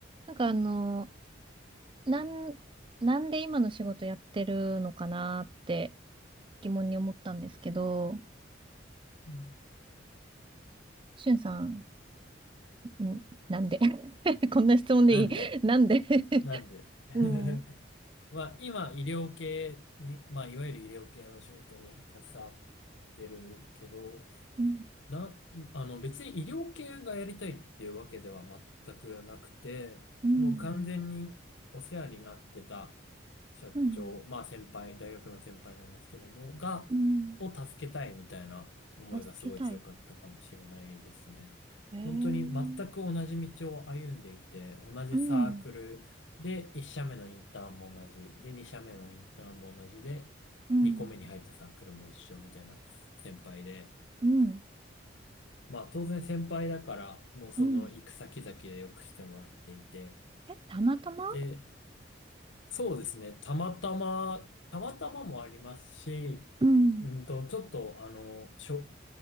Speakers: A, on the right (about 25°); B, on the left (about 75°).
A: なんかあの、なん、なんで今の仕事やってるのかなって疑問に思ったんですけど、
B: うん
A: しゅんさん、んなんで <laughs> こんな質問でいい
B: なんで、
A: <laughs> なんで <laughs>
B: なんで。<laughs>
A: うん、うん、
B: まあ、今、医療系に、まあ、いわゆる医療系の仕事に携わってるけど、
A: う
B: な、あの別に医療系がやりたいっていうわけでは全くなくて、
A: ん、
B: もう完全にお世話になってた社長、
A: うん、
B: まあ先輩、大学の先輩なんですけども、が、
A: うん
B: を助けたいみたいな思いがすごい強かったかもしれないですね。
A: 助けたい。へえー、
B: 本当に全く同じ道を歩んでいて、同じサークルで1社目のインターンも同じ、
A: うん、
B: で2社目のインターンも同じで、
A: うん、
B: 2個目に入ったサークルも一緒みたいな先輩で、
A: うん、
B: まあ当然先輩だから、もうその行く先々でよくしてもらっていて。
A: うん。え、たまたま
B: で、そうですね。たまたま、たまたまもありますし、
A: うん、
B: うんと、ちょっとあの、しょ、